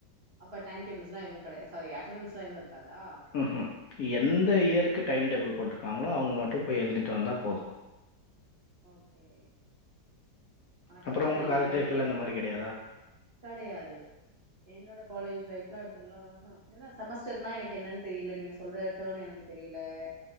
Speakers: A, on the right; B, on the left.
A: அப்ப டைம் டேபுல்ஸ்ல எதுவு கிடையா சாரி அட்டனஸ்ல எதுவு இருக்காதா
B: ம்ம் எந்த இயருக்கு டைன் டேபிள் போட்டுருக்காங்களோ அவங்க மட்டு போய் எழுதிட்டு வந்தா போது
A: ஓகே ஆனா கண்டிப்பா
B: அப்புறம் உங்க
A: என்னைக்கு
B: காலேஜ்
A: இதெல்லா
B: லைஃப்லலாம்
A: தெரியது
B: இந்த மாரி கிடையாதா?
A: கெடையாது என்னோட காலேஜ் லைஃப்ல்ல ஃபுல்லா ம் நீத செமஸ்டர்னா எனக்கு ஏன்னனு தெரில நீங்க சொல்ற டோன்னு எனக்கு தெரில ம்